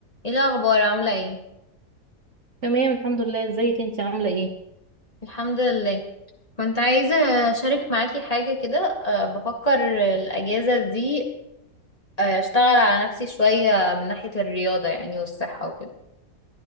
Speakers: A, on the left; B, on the right.
A: ايه الاخبار عامله ايه
B: تمام الحمد لله ازيك انت عامله ايه
A: الحمد لله كنت عايزه اشارك معاكي حاجه كده أه بفكر الاجازه دي آه، اشتغل على نفسي شويه من ناحيه الرياضه يعني والصحه وكده